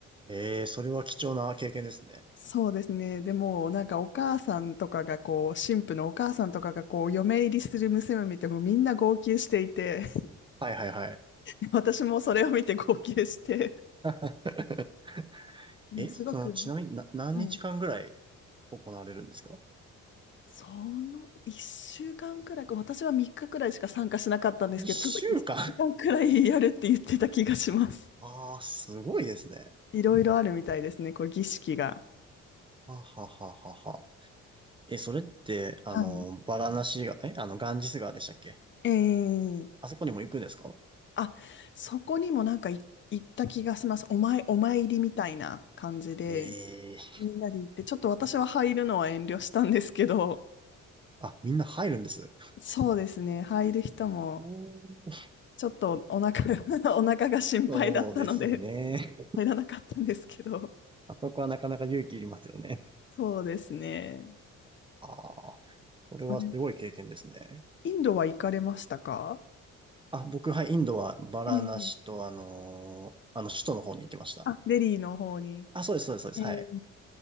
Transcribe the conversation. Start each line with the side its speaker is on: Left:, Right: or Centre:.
Right: ええ、それは貴重な経験ですね。
Left: そうですねでもなんかお母さんとかがこう新婦のお母さんとかがこう嫁入りする娘を見てもみんな号泣していて
Right: はいはいはい。
Left: <laughs> 私もそれを見て号泣して
Right: <laughs>
Left: もうすごく、
Right: え、その、ちなみにな、何日間ぐらい
Left: はい、
Right: 行われるんですか
Left: その1週間くらい私は3日くらいしか参加しなかったんですけど多分1週間くらいやるって言ってた気がします。
Right: 一週間 <laughs> ああ、すごいですね。
Left: いろいろあるみたいですね、こう儀式が。
Right: はははははは。え、それって、あの、
Left: はい。
Right: バラナシが…え、あの、ガンジス川でしたっけ
Left: ええ
Right: あそこにも行くんですか
Left: あ、そこにもなんかい行った気がします。お前、お参りみたいな感じで、
Right: ええー
Left: みんなで行って、ちょっと私は入るのは遠慮したんですけど、
Right: あ、みんな入るんです。
Left: そうですね、入る人も、
Right: おー
Left: ちょっとお腹が <laughs> お腹が心配だったので、
Right: そうですね。
Left: 入らなかったんですけど、
Right: あそこはなかなか勇気いりますよね。
Left: そうですね。
Right: ああ、それはすごい経験ですね。
Left: それ、インドは行かれましたか
Right: あ、僕、はい、インドはバラナシと、
Left: ええ
Right: あのーあの、首都の方に行きました。
Left: あ、デリーの方に。
Right: あ、そうです、そうです、そうです。
Left: ええ
Right: はい。